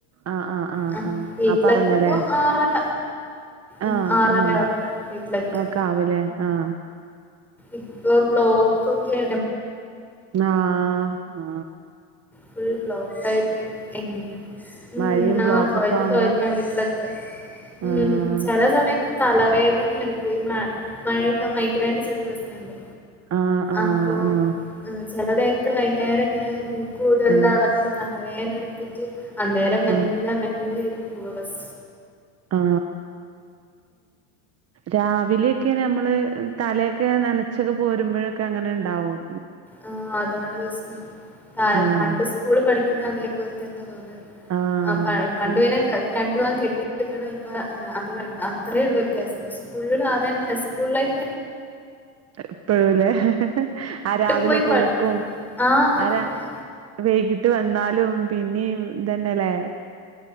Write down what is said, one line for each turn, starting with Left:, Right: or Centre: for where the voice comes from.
Right: ആഹ് ആഹ് ആഹ്
Centre: ആ
Right: ആഹ്
Centre: വീട്ടിലെത്തുമ്പോ
Right: ആ പറഞ്ഞല്ലേ
Centre: ആറര
Right: ആഹ്
Centre: ഉം ആറരാവുമ്പോ
Right: ആഹ്
Centre: വീട്ടിലെത്തും
Right: ഒക്കെ ആവുലേ ആഹ്
Centre: ഇപ്പ ബ്ലോ ക്കൊക്കെ
Right: ആആ ആ
Centre: ഫുൾ ബ്ലോക്കായിട്ട് എങ്ങ ഉം
Right: മഴയും
Centre: ആ
Right: ബ്ലോക്കൊക്കെ
Centre: തൊഴഞ്ഞ്
Right: ആവുമ്പോ
Centre: തൊഴഞ്ഞാവീട്ടിലെത്ത ഉം
Right: ആഹ്
Centre: ചെല സമയത്ത് തലവേദ തനീഎടുക്കോ ഈ മ മഴയെ ത മൈഗ്രെന്റെ ചെറിയ പ്രശ്നണ്ട്
Right: ആഹ് ആഹ്
Centre: അപ്പോ
Right: ആഹ്
Centre: ഹ് ചെലനേരത്ത് ഭ - നേരെങ്ങനെയ കൂടെല്ലാം
Right: ആഹ്
Centre: അടഞ്ഞിട്ട് തലവേന എടുത്തിട്ട് അന്നേരം എല്ലാം
Right: ആഹ്
Centre: മെല്ലെ പൂവാ ബസ്സ്
Right: ആ രാവിലെ ക്കെ നമ്മള് തലയൊക്കെ നനച്ചത് പോരുമ്പോഴൊക്കെ അങ്ങനെണ്ടാവും
Centre: ആ അതാണ് പസ്നം താണ്
Right: ആഹ്
Centre: പണ്ട് സ്കൂള് പഠി പിന്നതേ പോൽതന്നെ അതെ
Right: ആഹ്
Centre: ആ പ പണ്ട് പിന്നെ ക്കെ രണ് ഇത്വാൻ കെട്ടിട്ട്ക്കണ ഇമ്പാ ഹ് അത് വേണ്ട അത്രേ ഉള്ളൂ വ്യത്യാസസ് ഫുള്ള് അതന്നെ സ്കൂൾ ലൈഫ്
Right: ഇപ്പഴുംല്ലേ ആ രാവിലെ
Centre: പോയി
Right: പോക്കും
Centre: പഠിക്കണ്ട ആ അതന്നെ
Right: അനെ വൈകിട്ട് വന്നാലും പിന്നീ തെന്നെലേ